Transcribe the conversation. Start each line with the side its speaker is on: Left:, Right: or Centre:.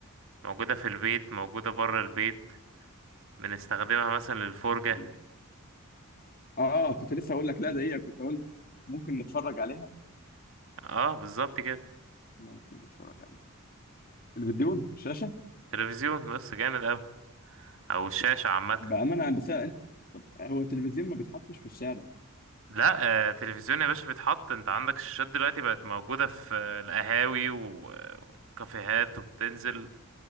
Right: موجودة في البيت موجودة بره البيت بنستخدمها مثلا للفرجة
Left: بتطلع اه آه، كنت لسه هقول لك لا ده هي كنت هقول لك ممكن نتفرج عليها
Right: اه بالظبط كده
Left: ممكن نتفرج عليها تلفزيون شاشه
Right: تلفزيون بس جامد اوي او الشاشة عامة
Left: بامانه بس أنا- انت طب هو التلفزيون ما بيتحطش في الشارع
Right: لا آه، تلفزيون يا باشا بيتحط انت عندك الشاشات دلوقتي بقت موجودة في آه، القهاوي و- وكافيهات وبتنزل